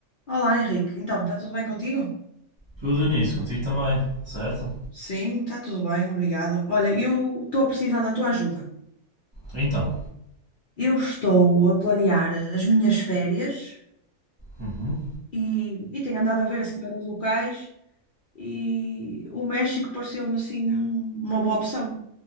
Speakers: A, on the left; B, on the right.
A: Olá, Henrique. Então, está tudo bem contigo?
B: Tudo nisso, contigo também, certo?
A: Sim, está tudo bem, obrigada. Olha, eu estou a precisar da tua ajuda.
B: Então,
A: Eu estou a planear as minhas férias
B: uhum.
A: e, e tenho andado a ver assim alguns locais e o México pareceu-me assim uma boa opção.